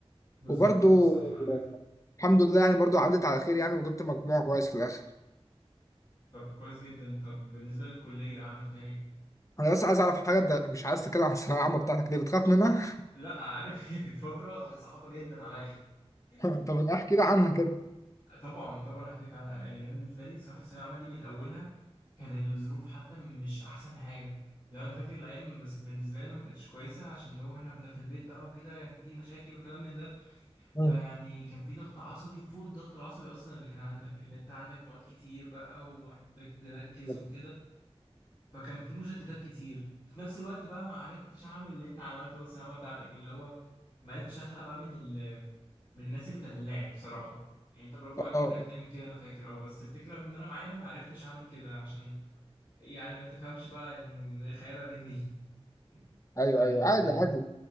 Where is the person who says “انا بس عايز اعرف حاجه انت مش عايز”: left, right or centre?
Left